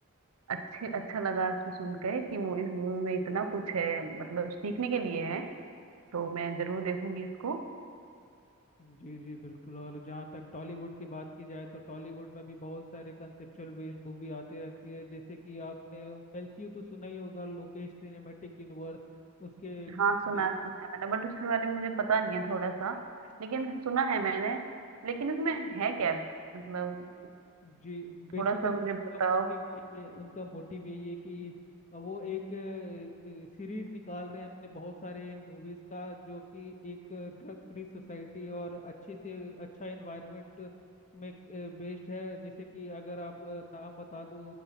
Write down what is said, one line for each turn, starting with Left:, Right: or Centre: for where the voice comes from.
Right: अच्छे अच्छा लगा आपसे सुन के कि मु- इस मूवी में इतना कुछ है मतलब सीखने के लिए है तो मैं जरूर देखूंगी इसको
Left: जी जी बिल्कुल और जहाँ तक टॉलीवुड की बात की जाए तो टॉलीवुड में भी बहुत सारे कंसेप्चुअल बेस्ड मूवी आती रहती है जैसे कि आपने एलसीयू तो सुना ही होगा लोकेश सिनेमेटिक यूनिवर्स उसके
Right: हाँ सुना
Left: बेसिस
Right: है सुना है मैंने बट उसके बारे में मुझे पता नहीं है थोड़ा सा लेकिन सुना है मैंने लेकिन इसमें है क्या मतलब
Left: जी बेसिकली
Right: थोड़ा सा मुझे
Left: उनका
Right: बताओ
Left: मोटिव यही है उनका मोटिव यही है कि वो एक सीरीज निकाल रहे हैं अपने बहुत सारे मूवीज का जो कि एक ड्रग फ्री सोसाइटी और अच्छे से अच्छा एनवायरनमेंट में बेस्ड है जैसे कि अगर आप अ, नाम बता दूं